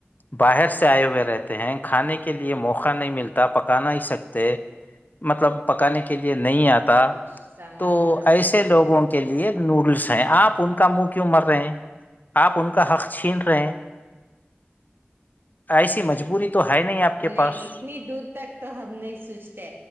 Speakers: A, on the left; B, on the right.
A: باہر سے آئے ہوئے رہتے ہیں کھانے کے لیے موقع نہیں ملتا پکانا ہی سکتے
B: ج
A: مطلب پکانے کے لیے نہیں آتا
B: کچھ سامان
A: تو
B: فراہم
A: ایسے
B: نہیں
A: لوگوں کے لیے نوڈلس ہیں آپ ان کا مک
B: ہوتا
A: کیوں مر رہے ہیں آپ ان کا حق چھین رہے ہیں ایسی مجبوری تو ہے نہیں آپ کے
B: نہیں
A: پاس
B: اتنی دور تک تو ہم نہیں سوچتے